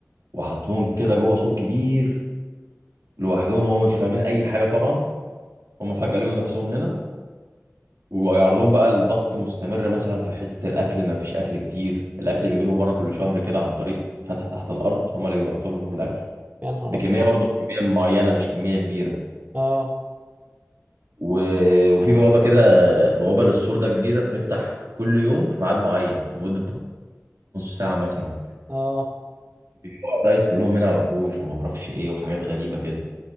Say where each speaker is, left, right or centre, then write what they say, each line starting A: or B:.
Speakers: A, on the right; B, on the right.
A: وحطوهم كده جوه سور كبير لوحدهم هم مش فاهمين اي حاجه طبعا هم فجاه لقوا نفسهم هنا ويعرضون بقى لضغط مستمر مثلا في حته الاكل ما فيش اكل كتير الاكل بيجي لهم مره كل شهر كده عن طريق فتحه تحت الارض هم اللي بيبعتوا لهم الاكل
B: يا نهار
A: بكميه
B: ابيض
A: برضه كميه معينه مش كميه كبيره
B: اه
A: و... وفي بوابة كده بوابة للسور ده كبيرة بتفتح كل يوم في ميعاد معين لمدة نص ساعة مثلا
B: اه
A: بيقعد بقى يدخل لهم منها وحوش ومعرفش ايه وحاجات غريبة كده